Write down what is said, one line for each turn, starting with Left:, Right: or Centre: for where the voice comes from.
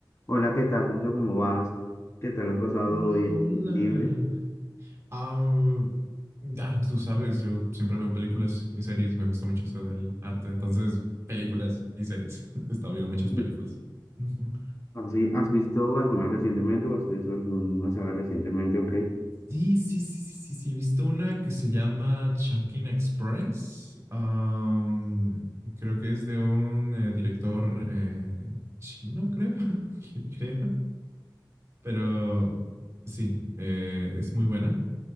Left: Hola, ¿qué tal, Rizo? ¿Cómo vas? ¿Qué tal has pasado
Right: Hola,
Left: hoy
Right: hola.
Left: en tu libre?
Right: Ah, ay, tú sabes, yo siempre veo películas y series, me gusta mucho eso del arte, entonces películas y series. <laughs> He estado viendo muchas películas.
Left: Mm.
Right: Ujú.
Left: ¿Así, has visto alguna recientemente o has visto alguna saga recientemente o qué?
Right: Sí, sí, sí, sí, sí, sí, he visto una que se llama Chucking Express. Am, creo que es de un eh, director eh, chino, creo, <laughs> creo, pero sí, eh, es muy buena.